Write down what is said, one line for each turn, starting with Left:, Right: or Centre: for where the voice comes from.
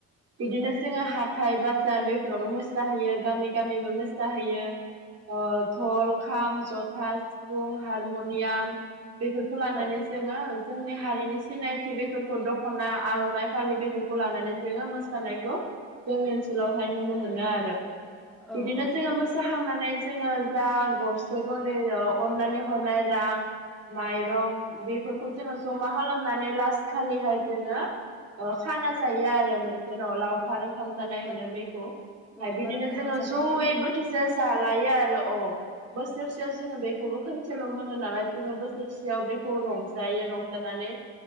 Right: बिदिनो
Centre: औ
Right: जोङो हाब हाथाय बाजार बेफोरावबो मोसाहैयो गामि गामिबो मोसाहैयो। धल खाम जथा सिफुं हारम'नियाम बेफोरखौ लानानै
Centre: औ
Right: जोङो जोंनि हारिनि सिनायथि बेफोरखौ दख'ना आर'नाइ फालि बेफोरखौ लानानै जोङो मोसानायखौ जोंनि ओनसोलावहाय नुनो मोनो आरो
Centre: औ
Right: बिदिनो
Centre: औ
Right: जोंङो
Centre: नोंथां
Right: मोसाखां नानै जोङो जा गरसे गरनै अननानै हरनाय रां माइरं बेफोरखौ जोङो जमा खालामनानै लास खालिहाय जोङो ओ खाना जायो आरो मोनसे न' लावखार ओंखाम जानाय होनो
Centre: औ
Right: बेखौ ओमफ्राय
Centre: लावखार
Right: बिदिनो
Centre: ओंखाम
Right: जोङो
Centre: जानाय होनो
Right: जयै बोथि से जालायो आरो अ बोसोरसेयाव जोङो बेखौबो खनसेल' मोनो नालाय। जोङो बोसोरसेयाव बेखौ रंजायो रंजानानै